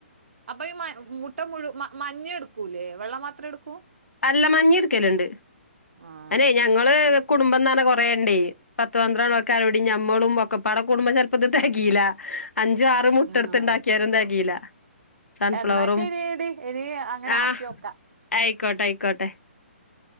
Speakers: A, on the right (about 60°); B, on the left (about 75°).
A: അപ്പൊ ഈ മ മുട്ട പുഴു മ മഞ്ഞ എടുക്കൂല്ലേ വെള്ള മാത്രേ എടുക്കൂ.
B: അല്ല മഞ്ഞ ഇട്ക്കലുണ്ട്
A: ആഹ്
B: അതേ ഞങ്ങള് കുടുംബം ന്നറിഞ കെറേണ്ട്. പത്ത് പന്ത്രോളം ഒക്കെ ആരോടിം ഞമ്മളും ഒക്കപ്പാടെ കൂടുമ്പോ ചെല്പ്പ്പത് തെകീല്ല അഞ്ചു, ആ മുട്ടടുത്ത്ണ്ടാക്കിയാലും
A: ആഹ്
B: തെകീല. സൺഫ്ലവറും
A: എന്നാ ശരിയടി ഇനി അങ്ങനെ
B: ആഹ്
A: ആക്കി വോക്കാം.
B: ആയിക്കോട്ടെ ആയിക്കോട്ടെ